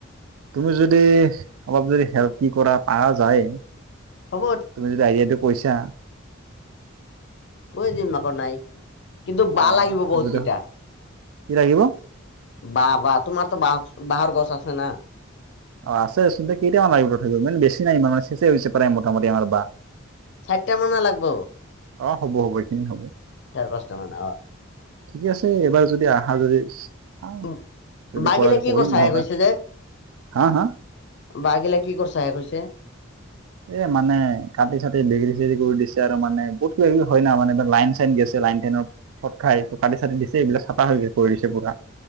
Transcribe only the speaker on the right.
তুমি যদি অলপ যদি - কি কৰা পৰা যায় তুমি
যদি আইডিয়াটো কৈছা।
অ
যদি
কি লাগিব
অ আছে চচোন কেইটামানাৰ লাগিব থাকিব, ইমান বেছি নাই মানে চেছে হৈছে পাৰে মোটামুটি বাহ
আহ হ'ব হ'ব এইখিনি হ'ব।
ঠিকে আছে এবাৰ যদি আহা যদি চাওঁ
যদি
কৰা
কৰিম
নহ'লে
হা হা
এ মানে কাটি চাটি বিকৰি চিগৰি কৰি দিছে আৰু মানে বহুত কিবা হয় ন মানে লাইন চাইন গেছে লাইন টেনত ফট খাই কাটি চাটি দিছে এইবিলাক চাফা হৈ গৈ পৰি দিছে পুৰা